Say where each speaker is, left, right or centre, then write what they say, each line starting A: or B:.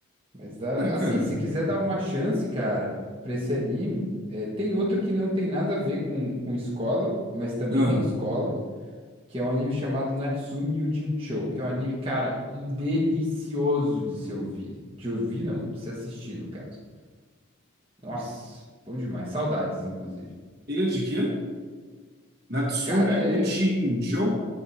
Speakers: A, on the right (about 25°); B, on the right (about 50°).
A: Mas dá,
B: É, cara.
A: assim, se quiser dar uma chance, cara, pra esse anime, é, tem outro que não tem nada a ver com, com escola, mas também
B: Ah,
A: tem escola. que é um anime chamado Natsume Yuujinchou, que é um anime, cara, um delicioso de se ouvir. De ouvir, não, de se assistir, no caso. Nossa, bom demais. Saudades, inclusive.
B: ele é de quê? Natsumi
A: Cara, é,
B: Uchinjo?